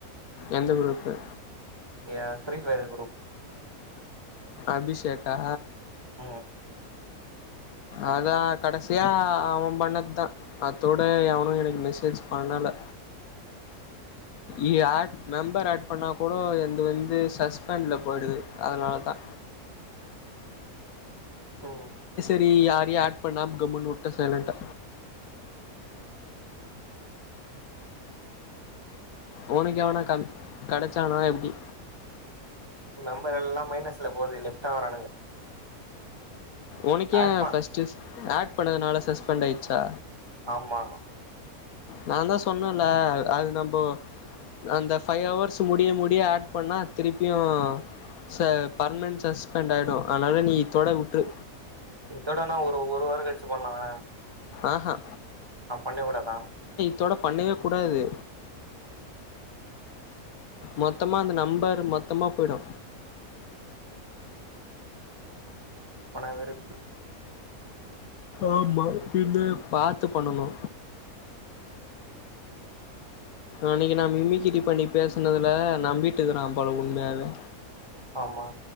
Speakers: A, on the left; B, on the right.
A: எந்த குரூப்பு
B: ய ஃப்ரீ ஃபயர் குரூப்
A: அபிஷேக்கா
B: ம்
A: அதான் கடைசியா அவம் பண்ணதுதா அத்தோட எவனு எனக்கு மெசேஜ் பண்ணல இ ஆட் மெம்பர் ஆட் பண்ணா கூட எந்து வந்து சஸ்பென்ட்ல போயிடுது அதனாலதா
B: ம்
A: பி யாரையு ஆட் பண்ணாம கம்முன்னு வுட்ட சைலன்டா உனுக் எவனா க கடச்சானா எப்டி
B: மெம்பர் எல்லா மைனஸ்ல போவுது லெஃப்ட் ஆவுறானுங்க
A: உனக் ஏ
B: ஆட் பண்
A: ஃபஸ்ட்டுஸ் ஆட் பண்ணதுனால சஸ் பென்ட் ஆயிச்சா
B: ஆமா
A: நாந்தா சொன்னல்ல அது நம்ப அந்த ஃபைவ் ஹவர்ஸ் முடிய முடிய ஆட் பண்ணா திருப்பியு ச பர்மனன்ட் சஸ்பெண்ட் ஆயிடு அனால நீ இத்தோட வுட்ரு
B: இத்தோடனா ஒரு ஒரு வார கழிச்சு பண்லால
A: ஆஹ
B: அ பண்ண கூடாதா
A: த்தோட பண்ணவே கூடாது மொத்தமா அந்த நம்பர் மொத்தமா போயிடு
B: இப்ப நா வெறுப்பு
A: ஆமா இனிம பாத்து பண்ணணு அன்னக்கி நா மிமிக்கிரி பண்ணி பேசுனதுல நம்பிட்டுக்குறா போல உண்மையாவே
B: ஆமா